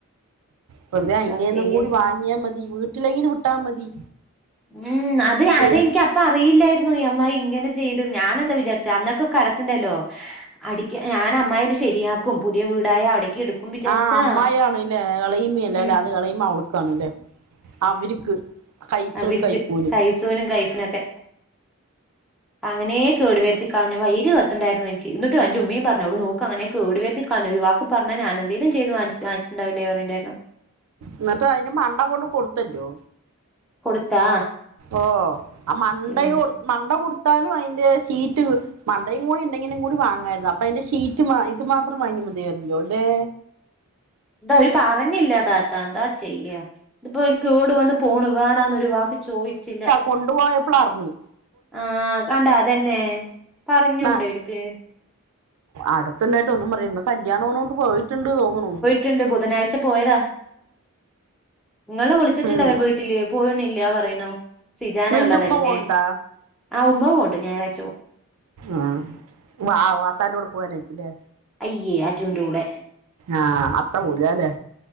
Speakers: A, on the right; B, in the centre.
A: വെറുതെ
B: എന്താ
A: അയിന്റെന്നും
B: ചെയ്യാ
A: കൂടി വാങ്ങിയാ മതി വീട്ടിലെങ്ങനും വിട്ടാ മതി
B: ഉം അത് അത്
A: ഉം.
B: ഇനിക്ക് അപ്പ അപ്പ അറിയില്ലായിരുന്നു ഈ അമ്മായി ഇങ്ങനെ ചെയ്യ്ണ്ട്ന്ന് ഞാനെന്താ വിചാരിച്ച അന്നൊക്കെ കടക്ക്ണ്ടല്ലോ അടിക്കി ഞാൻ അമ്മയിത് ശരിയാക്കും പുതിയ വീടായ അവിടേക്ക് എടു ക്കും വിചാരിച്ചാ
A: ആ അമ്മായിയാണല്ലേ ഇളയിമയല്ലേ
B: ഉം
A: അല്ലേ അത് ഇളയിമ അവൾക്കാണല്ലേ അവർക്ക് കൈസൂന്
B: അവരിക്ക്
A: കൈപ്പൂന്
B: കൈസൂനും കൈഫിനൊക്കെ അങ്ങനേ കേടുവരുത്തി കളഞ്ഞു. വൈര് കത്തണ്ടായിരുന്നു എനിക്ക്. എന്നിട്ട് എന്റെ ഉമ്മയും പറഞ്ഞൂ അവളു നോക്ക് അങ്ങനെ കേടു വരുത്തി കളഞ്ഞു. ഒരു വാക്ക് പറഞ്ഞാ ഞാനെന്തേലും ചെയ്ത് വാങ്ങിച്ച് വാങ്ങിച്ചിട്ടുണ്ടാവില്ലേ പറയെണ്ടായിരുന്നു.
A: ന്നട്ട് അതിന് മണ്ട കൊണ്ട് കൊടുത്തല്ലോ.
B: കൊടുത്താ.
A: ഓഹ് ആഹ് മണ്ട
B: ഉം
A: കൊ മണ്ട കൊടുത്താലും അതിൻ്റെ ഷീറ്റ് കി മണ്ടയും കൂടി ഉണ്ടെങ്കിലും കൂടി വാങ്ങായിരുന്നു. അപ്പൊ അതിന്റെ ഷീറ്റ് ഇത് മാത്രം വാങ്ങി മതിയായിരുന്നല്ലോ ല്ലേ.
B: ഇതവര് പറഞ്ഞില്ല താത്താ. എന്താ ചെയ്യാ ഇതിപ്പോ അവര് കേട് വന്ന് പോണു. വേണാന്നൊരു വാക്ക് ചോയിച്ചില്ല.
A: കൊണ്ടുപോയ പ്പളറിഞ്ഞ്
B: ആഹ് കണ്ടാ അതെന്നെ. പറഞ്ഞൂടെ
A: ന-
B: ഓര്ക്ക്
A: അടുത്തുണ്ടായിട്ട് ഒന്നും പറയില്ല. ഇന്ന് കല്യാണുള്ളോണ്ട് പോയിട്ടുണ്ട് തോന്നണൂ.
B: ട്ട്ണ്ട്. ബുധനാഴ്ച പോയതാ. ഇങ്ങളിനെ വിളിച്ചിട്ടുണ്ടല്ല
A: ഉം.
B: വീട്ടില്. പോയണില്ലാ പറയണൂ. സിജാന്
A: നിന്റെ
B: ഉള്ളതല്ലേ.
A: ഉമ്മ കൊണ്ടാ
B: ആഹ് ഉമ്മ പോണ്ട്. ഞായറാഴ്ച പോവും.
A: ആഹ് വാ വാപ്പാന്റെ കൂടെ പോവാനായിരിക്കുല്ലേ.
B: അയ്യേ അജൂന്റെ കൂടെ.
A: ആഹ് അത്ത പോവൂലല്ലേ.